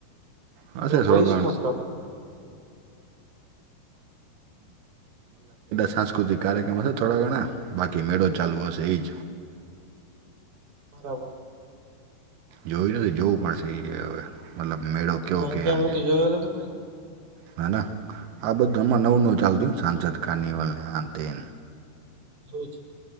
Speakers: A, on the right; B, on the right.
A: હશે થોડા
B: હોય
A: ઘણા
B: શું મતલબ
A: સાંસ્કૃતિક કાર્યક્રમ હશે થોડા ઘણા બાકી મેળો ચાલુ હશે એજ
B: બરાબર
A: જોય નથી જોવું પડશે એ હવે મતલબ મેળો કેવો
B: ત્યાં
A: કે
B: અત્યાં
A: એમ
B: સુધી જોયે <unintelligible>
A: ના ના આ બધું આમાં નવું નવું ચાલતું સાંસદ કાર્નિવલને આંતને
B: એવું છે